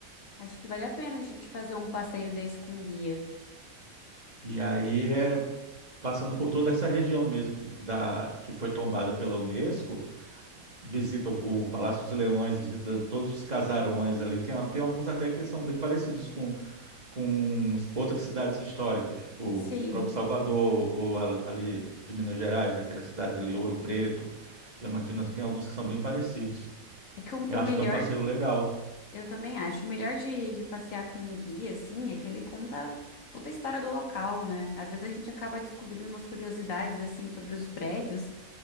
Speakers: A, on the left (about 65°); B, on the right (about 30°).
A: Acho que vale a pena a gente fazer um passeio desse com um guia.
B: E aí é passando por toda essa região mesmo que- da, que foi tombada pela Unesco, visita o, o Palácio dos Leões, visita todos os casarões ali. Tem, a- tem alguns até que são bem parecidos com, com outras cidades históricas, tipo
A: Sim,
B: o próprio Salvador, ou a- ali de Minas Gerais, aquelas cidades ali, Ouro Preto, Diamantina, tem alguns que são bem parecidos.
A: é que o,
B: Eu
A: o
B: acho
A: melhor,
B: que é um passeio legal.
A: eu também acho, o melhor de, de passear com um guia, assim, é que ele conta toda a história do local, né? Às vezes a gente acaba descobrindo umas curiosidades, assim, sobre os prédios